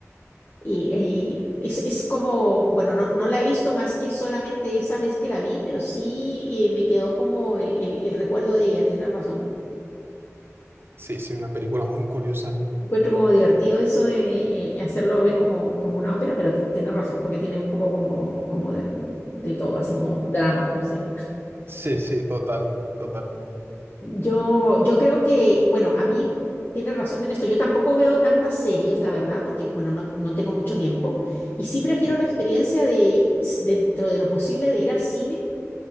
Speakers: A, on the left; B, on the right.
A: y, eh, es, es como, bueno, no, no la he visto más que solamente esa vez que la vi, pero sí eh, me quedó como el, el el recuerdo de ella, tiene razón.
B: Sí, sí, una película muy curiosa.
A: Encuentro como divertido eso de eh, hacerlo ver como, como una ópera, pero ti- tienes razón, porque tiene un poco como, como de, de todo, así como drama, no sé.
B: Sí, sí, total, totalmente.
A: Yo, yo creo que, bueno, a mí tiene razón en esto. Yo tampoco veo tantas series, la verdad, porque, bueno, no, no tengo mucho tiempo. Y sí prefiero
B: Mm.
A: la experiencia de, s- dentro de lo posible, de ir al cine